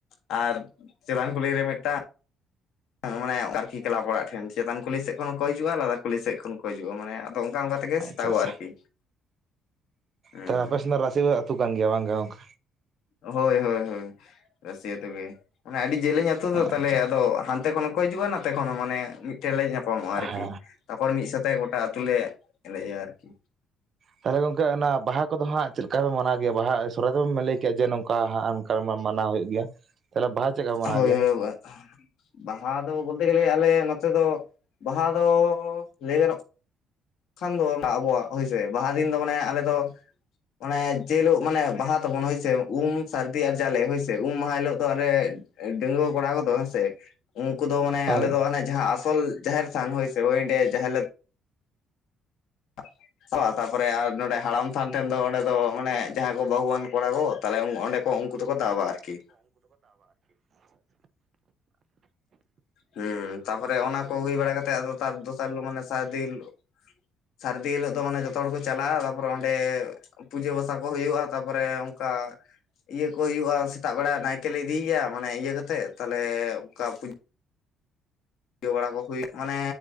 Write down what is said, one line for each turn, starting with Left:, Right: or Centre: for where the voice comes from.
Left: ᱟᱨ ᱪᱮᱛᱟᱱ ᱠᱩᱞᱦᱤ ᱨᱮ ᱢᱤᱫᱴᱟᱝ ᱦᱮᱸ ᱢᱟᱱᱮ ᱟᱨᱠᱤ ᱠᱮᱞᱟᱯ ᱚᱲᱟᱜ ᱴᱷᱮᱱ ᱪᱮᱛᱟᱱ ᱠᱩᱞᱦᱤ ᱥᱮᱫ ᱠᱷᱚᱱ ᱦᱚᱸ ᱠᱚ ᱦᱤᱡᱩᱜᱼᱟ, ᱞᱟᱛᱟᱨ ᱠᱩᱞᱦᱤ ᱥᱮᱫ ᱠᱷᱚᱱ ᱠᱚ ᱦᱤᱡᱩᱜᱼᱟ ᱢᱟᱱᱮ ᱟᱫᱚ ᱚᱝᱠᱟ ᱚᱝᱠᱟ ᱛᱮᱜᱮ
Right: ᱟᱪᱪᱷᱟ
Left: ᱥᱮᱛᱟᱜᱚᱜ-ᱟ
Right: ᱟᱪᱪᱷᱟ
Left: ᱟᱨᱠᱤ᱾ ᱦᱩᱸ
Right: ᱛᱟᱦᱚᱞᱮ ᱟᱯᱮ ᱥᱮᱱ ᱫᱚ ᱨᱟᱥᱤ ᱟᱹᱛᱩ ᱠᱟᱱ ᱜᱮᱭᱟ ᱵᱟᱝ ᱜᱮ ᱜᱚᱝᱠᱮ?
Left: ᱦᱳᱭ ᱦᱳᱭ ᱦᱳᱭ, ᱨᱟᱥᱤ ᱟᱹᱛᱩ ᱜᱮ ᱢᱟᱱᱮ ᱟᱹᱰᱤ ᱡᱮᱞᱮᱧ ᱟᱹᱛᱩ ᱫᱚ
Right: ᱟᱪᱪᱷᱟ
Left: ᱛᱟᱦᱚᱞᱮ ᱟᱫᱚ ᱦᱟ ᱱᱛᱮ ᱠᱷᱚᱱ ᱦᱚᱸ ᱠᱚ ᱦᱤᱡᱩᱜᱼᱟ ᱱᱟᱛᱮ ᱠᱷᱚᱱ ᱦᱚᱸ ᱢᱟᱱᱮ ᱢᱤᱫᱴᱮᱱ ᱞᱮ ᱧᱟᱯᱟᱢᱚᱜᱼᱟ ᱟᱨᱠᱤ᱾
Right: ᱦᱮᱸ
Left: ᱛᱟᱯᱚᱨ ᱢᱤᱫ ᱥᱟᱶᱛᱮ ᱜᱚᱴᱟ ᱟᱛᱩᱞᱮ ᱮᱱᱮᱡᱟ ᱟᱨᱠᱤ᱾
Right: ᱛᱟᱦᱚᱞᱮ ᱜᱚᱝᱠᱮ ᱚᱱᱟ ᱵᱟᱦᱟ ᱠᱚᱫᱚ ᱦᱟᱸᱜ ᱪᱮᱫ ᱞᱮᱠᱟ ᱯᱮ ᱢᱟᱱᱟᱣ ᱜᱮᱭᱟ? ᱵᱟᱦᱟ ᱟᱨ ᱥᱚᱦᱨᱟᱭ ᱫᱚᱢ ᱢᱮᱱ ᱞᱟᱹᱭ ᱠᱮᱫ ᱡᱮ ᱱᱚᱝᱠᱟ ᱦᱟᱸᱜ ᱚᱱᱠᱟ ᱢᱟ ᱢᱟᱱᱟᱣ ᱦᱩᱭᱩᱜ ᱜᱮᱭᱟ ᱛᱟᱦᱚᱞᱮ ᱵᱟᱦᱟ ᱪᱮᱫᱠᱟ ᱯᱮ ᱢᱟᱱᱟᱣ
Left: ᱦᱳᱭ
Right: ᱜᱮᱭᱟ
Left: ᱦᱳᱭ᱾ <inaudible> ᱵᱟᱦᱟ ᱫᱚ ᱵᱚᱞᱛᱮ ᱜᱮᱞᱮ ᱟᱞᱮ ᱱᱚᱛᱮ ᱫᱚ, ᱵᱟᱦᱟ ᱫᱚ ᱞᱟᱹᱭ ᱜᱟᱱᱚᱜ ᱠᱷᱟᱱ ᱫᱚ ᱟᱵᱚᱣᱟᱜ ᱦᱳᱭᱥᱮ ᱵᱟᱦᱟ ᱫᱤᱱ ᱫᱚ ᱢᱟᱱᱮ ᱟᱞᱮ ᱫᱚ ᱢᱟᱱᱮ ᱡᱮ ᱦᱮᱞᱳᱜ ᱢᱟᱱᱮ ᱵᱟᱦᱟ ᱛᱟᱵᱚᱱ ᱦᱳᱭ ᱥᱮ ᱩᱢ, ᱥᱟᱹᱨᱫᱤ ᱟᱨ ᱡᱟᱞᱮ ᱦᱳᱭ ᱥᱮ ᱩᱢ ᱢᱟᱦᱟ ᱦᱤᱞᱳᱜ ᱫᱚ ᱟᱞᱮ ᱰᱟᱺᱜᱩᱣᱟᱹ ᱠᱚᱲᱟ ᱠᱚᱫᱚ ᱦᱮᱸ ᱥᱮ, ᱩᱝᱠᱩ ᱫᱚ ᱢᱟᱱᱮ
Right: ᱦᱳᱭ
Left: ᱟᱞᱮ ᱫᱚ ᱦᱟᱱᱮ ᱡᱟᱦᱟᱸ ᱟᱥᱚᱞ ᱡᱟᱦᱮᱨ ᱛᱷᱟᱱ ᱦᱳᱭ ᱥᱮ ᱤᱳᱭ ᱚᱸᱰᱮ ᱡᱟᱦᱮᱨ ᱞᱮ <unintelligible> ᱛᱟᱯᱚᱨᱮ ᱟᱨ ᱱᱚᱸᱰᱮ ᱦᱟᱲᱟᱢ ᱛᱷᱟᱱ ᱴᱷᱮᱱ ᱫᱚ ᱚᱸᱰᱮ ᱫᱚ ᱢᱟᱱᱮ ᱡᱟᱦᱟᱸᱭ ᱠᱚ ᱵᱟᱹᱦᱩᱣᱟᱱ ᱠᱚᱲᱟ ᱠᱚ ᱛᱟᱦᱚᱞᱮ ᱚᱸᱰᱮ ᱠᱚ ᱩᱝᱠᱩ ᱫᱚᱠᱚ ᱫᱟᱵᱟ ᱟᱨᱠᱤ᱾ ᱦᱩᱸ ᱛᱟᱯᱚᱨᱮ ᱚᱱᱟ ᱠᱚ ᱦᱩᱭ ᱵᱟᱲᱟ ᱠᱟᱛᱮᱜ ᱟᱫᱚ ᱛᱟᱨ ᱫᱚᱥᱟᱨ ᱦᱤᱞᱳᱜ ᱢᱟᱱᱮ ᱥᱟᱨᱫᱤ ᱦᱤᱞᱚᱜ ᱥᱟᱨᱫᱤ ᱦᱤᱞᱚᱜ ᱫᱚ ᱢᱟᱱᱮ ᱡᱚᱛᱚ ᱦᱚᱲ ᱠᱚ ᱪᱟᱞᱟᱜᱼᱟ ᱛᱟᱨᱯᱚᱨᱮ ᱚᱸᱰᱮ ᱯᱩᱡᱟᱹ ᱯᱟᱥᱟ ᱠᱚ ᱦᱩᱭᱩᱜᱼᱟ ᱛᱟᱯᱚᱨᱮ ᱚᱝᱠᱟ ᱤᱭᱟᱹ ᱠᱚ ᱦᱩᱭᱩᱜᱼᱟ ᱥᱮᱛᱟᱜ ᱵᱮᱲᱟ ᱱᱟᱭᱠᱮᱞᱮ ᱤᱫᱤᱭᱮᱭᱟ ᱢᱟᱱᱮ ᱤᱭᱟᱹ ᱠᱟᱛᱮᱜ ᱛᱟᱦᱚᱞᱮ ᱚᱝᱠᱟ ᱯᱩ ᱡᱟᱹ ᱵᱟᱲᱟ ᱠᱚ ᱦᱩᱭᱩᱜ, ᱢᱟᱱᱮ